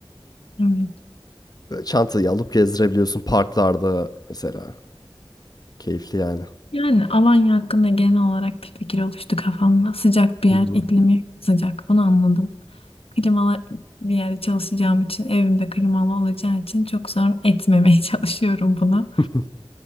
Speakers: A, on the left (about 80°); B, on the left (about 45°).
A: Evet.
B: Böyle çantayı alıp gezdirebiliyorsun parklarda mesela. Keyifli yani.
A: Yani Alanya hakkında genel olarak bir fikir oluştu kafamda. Sıcak bir
B: Hı
A: yer,
B: hı.
A: iklimi sıcak. Bunu anladım. Klimalı bir yerde çalışacağım için, evimde klimalı olacağı için çok sorun etmemeye <laughs> çalışıyorum bunu
B: <laughs>